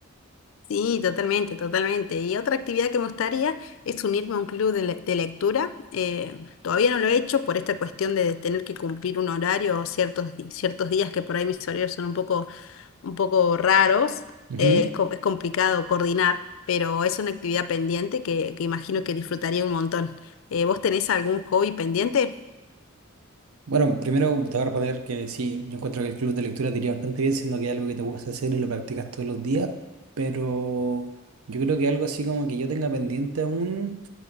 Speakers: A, on the left (about 65°); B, on the right (about 80°).
A: Sí, totalmente, totalmente. Y otra actividad que me gustaría es unirme a un club de, le- de lectura. Eh, todavía no lo he hecho por esta cuestión de tener que cumplir un horario o ciertos, di- ciertos días que por ahí mis horarios son un poco, un poco raros.
B: Ujú.
A: Eh, es, co- es complicado coordinar, pero es una actividad pendiente que, que imagino que disfrutaría un montón. Eh, ¿vos tenés algún hobby pendiente?
B: Bueno, primero te voy a responder que sí, yo encuentro que el club de lectura te iría bastante bien, siendo que es algo que te gusta hacer y lo practicas todos los días, pero yo creo que algo así como que yo tenga pendiente aún